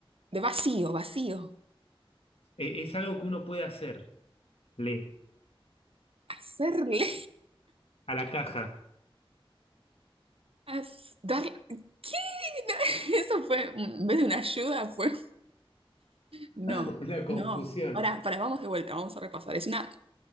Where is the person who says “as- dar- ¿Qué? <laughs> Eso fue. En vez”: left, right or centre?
Right